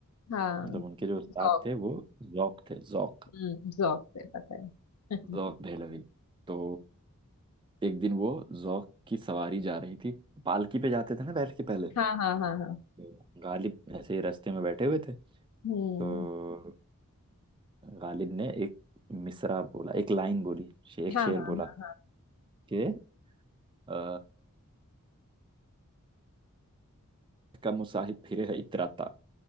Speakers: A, on the left; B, on the right.
A: हाँ
B: मतलब उनके जो उस्ताद
A: जौक
B: थे वो जौक थे जौक
A: हम्म जौक से पता है <laughs>
B: जौक दहलवी तो एक दिन वो जौक की सवारी जा रही थी पालकी पे जाते थे ना बैठ के पहले
A: हाँ हाँ हाँ हाँ
B: तो गालिब ऐसे ही रास्ते में बैठे हुए थे
A: हम्म
B: तो गालिब ने एक मिसरा बोला एक लाइन बोली शे- एक
A: हाँ
B: शेर
A: हाँ
B: बोला कि अ, कम मुसाहिब फिरे है इतराता